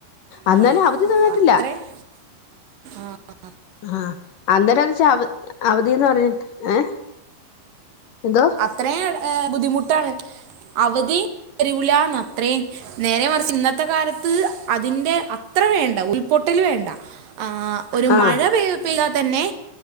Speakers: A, on the left; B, on the right.
A: അന്നേരം
B: ന്നാലും
A: അവധി തന്നിട്ടില്ല
B: അത്രയും ആഹ്
A: ആഹ് അന്നേരന്ന് വെച്ചാ അവ അവധിയെന്ന് പറഞ്ഞിട്ട് ഏഹ് എന്തോ?
B: അത്രയും ബുദ്ധിമുട്ടാണ് അവധിയും തരൂലാന്ന് അത്രയും നേരെ മറിച്ച് ഇന്നത്തെ കാലത്ത് അതിന്റെ അത്ര വേണ്ട ഉരുൾപൊട്ടൽ വേണ്ട ആഹ് ഒരു
A: ആഹ്
B: മഴ പെയ് പെയ്താ തന്നെ